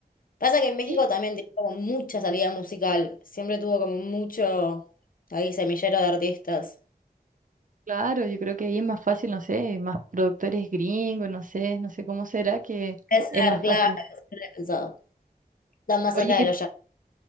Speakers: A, on the left; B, on the right.
A: Pasa que en México
B: Sí,
A: también tiene como mucha salida musical. Siempre tuvo como mucho ahí semillero de artistas.
B: claro, yo creo que ahí es más fácil, no sé, más productores gringos, no sé, no sé cómo será que
A: Es
B: es
A: ser,
B: más
A: claro,
B: fácil.
A: es ser pensado. Están más cerca
B: Oye, ¿qué,
A: de los